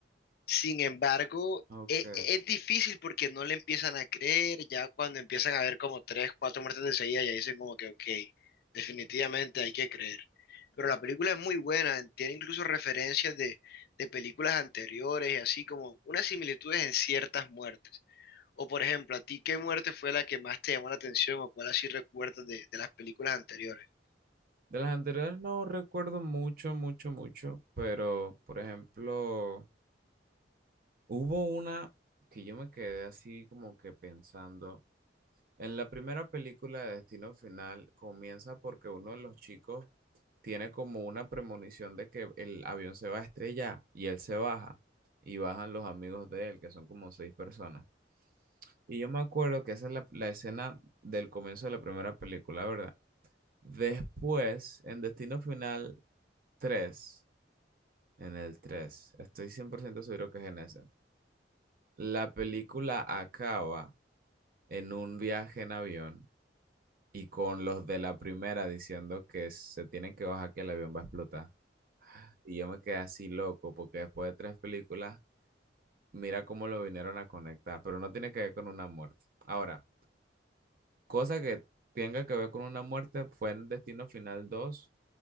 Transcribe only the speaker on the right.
Ok.
De las anteriores no recuerdo mucho, mucho, mucho, pero por ejemplo, hubo una que yo me quedé así como que pensando. En la primera película de Destino Final comienza porque uno de los chicos tiene como una premonición de que el avión se va a estrellar y él se baja y bajan los amigos de él, que son como seis personas. Y yo me acuerdo que esa es la, la escena del comienzo de la primera película, ¿verdad? Después, en Destino Final tres En el tres Estoy 100% seguro que es en ese. La película acaba en un viaje en avión y con los de la primera diciendo que se tienen que bajar, que el avión va a explotar. Y yo me quedé así loco porque después de tres películas, mira cómo lo vinieron a conectar, pero no tiene que ver con una muerte. Ahora, cosa que tenga que ver con una muerte fue en Destino Final dos